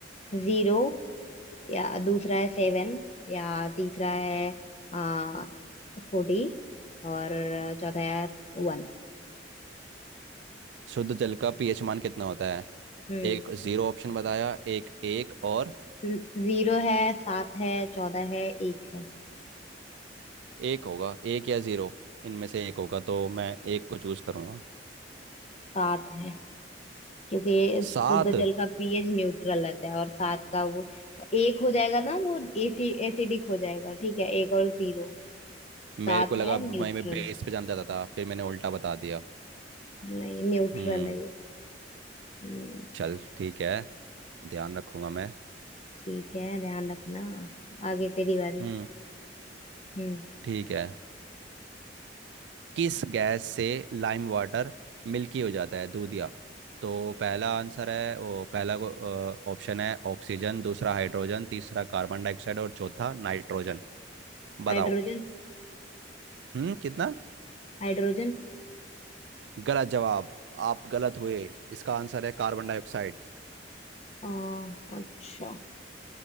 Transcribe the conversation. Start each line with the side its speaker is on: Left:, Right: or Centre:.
Left: जीरो या दूसरा है सेवन या तीसरा है आ, फोर्टी और चौथा है वन
Right: शुद्ध जल का पीएच मान कितना होता है
Left: हम्म
Right: एक जीरो ऑप्शन बताया एक एक और
Left: जीरो है सात है चौदह है एक है
Right: एक होगा एक या जीरो इनमें से एक होगा तो मैं एक को चूज करूंगा
Left: सात है क्योंकि
Right: सात
Left: शुद्ध जल का पीएच न्यूट्रल रहता है और सात का वो एक हो जाएगा ना वो एसी एसिडिक हो जाएगा ठीक है एक और जीरो सात
Right: मेरे को लगा
Left: है
Right: भाई
Left: न्यूट्रल
Right: मैं बेस पे जाना चाहता था फिर मैंने उल्टा बता दिया
Left: नहीं न्यूट्रल
Right: हम्म
Left: है ये हम्म,
Right: चल ठीक है ध्यान रखूंगा मैं
Left: ठीक है ध्यान रखना आगे तेरी बारी
Right: हम्म
Left: हम्म
Right: ठीक है किस गैस से लाइम वाटर मिल्की हो जाता है दूधिया तो पहला आंसर है वो पहला को ऑप्शन है ऑक्सीजन दूसरा हाइड्रोजन तीसरा कार्बन डाइऑक्साइड और चौथा नाइट्रोजन बताओ
Left: हाइड्रोजन
Right: हम्म कितना
Left: हाइड्रोजन
Right: गलत जवाब आप गलत हुए इसका आंसर है कार्बन डाइऑक्साइड
Left: अ, अच्छा